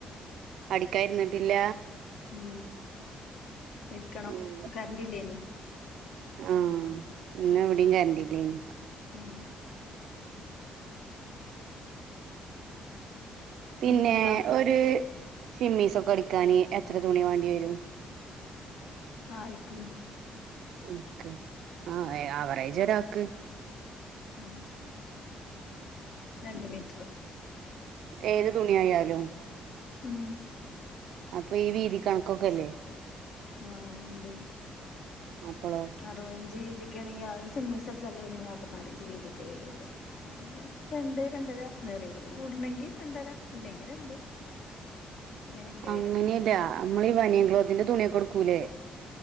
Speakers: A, on the right (about 75°); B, on the left (about 75°).
A: അടിക്കായിരുന്നിട്ടില്ല
B: ഉം എരിക്കണം
A: ഉം
B: കറണ്ട് ഇല്ലേനി
A: ആഹ് ഇന്ന് എവിടെയും കരണ്ടില്ലേനി
B: ഉം
A: പിന്നെ
B: പിന്നെന്താ
A: ഒരു സിമ്മീസ് ഒക്കെ അടക്കാന് എത്ര തുണി വേണ്ടി വരും
B: ആരിക്ക്
A: എനിക്ക് ആഹ് ആവറേജ് ഒരാക്ക്
B: ഉം രണ്ട് മീറ്ററ്
A: ഏത് തുണിയായാലും
B: ഉം
A: അപ്പൊ ഈ വീതി കണക്കൊക്കെല്ലേ
B: ആഹ് ഉണ്ട്
A: അപ്പളോ
B: റഞ്ചിവീതിക്കാണെങ്കി അത് സിമ്മിസടിച്ചാല് ഒരു നാൽപ്പനാലഞ്ച് വീതിയൊക്കെ വരൊള്ളു അയിന് രണ്ട് രണ്ടര നൊറിവ്കൂടണെങ്കി രണ്ടര ഇല്ലെങ്കി രണ്ട് അങ്ങനെയൊക്കെ
A: അങ്ങനെയല്ല
B: വരാ
A: അമ്മള് ഈ ബനിയൻക്ലോത്തിന്റെ തുണിയൊക്കെടുക്കൂല്ലേ